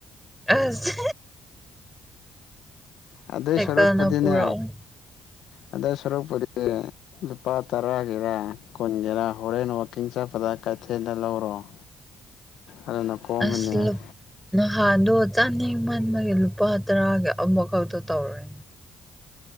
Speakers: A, in the centre; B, on the left.
A: ꯑꯁ
B: ꯑꯗꯨꯏ
A: ꯁꯥꯏꯀꯜꯅ
B: ꯁꯔꯨꯛꯄꯨꯗꯤꯅꯦ
A: ꯄꯨꯔꯛꯑꯣ
B: ꯑꯗꯨꯏ ꯁꯔꯨꯛꯄꯨꯗꯤ ꯂꯨꯄꯥ ꯇꯔꯥꯒꯤꯔ ꯀꯨꯟꯒꯤꯔꯥ ꯍꯣꯔꯦꯟ ꯋꯥꯛꯀꯤꯡ ꯆꯠꯄꯗ ꯀꯩꯊꯦꯜꯗ ꯂꯧꯔꯣ ꯑꯗꯨꯅ ꯀꯣꯝꯃꯅꯤ
A: ꯑꯁ ꯂꯨꯞ ꯅꯍꯥꯟꯗꯣ ꯆꯥꯅꯤꯡ ꯃꯟꯕꯒꯤ ꯂꯨꯄꯥ ꯇꯔꯥꯒꯤ ꯑꯃꯈꯛꯇ ꯇꯧꯔꯦ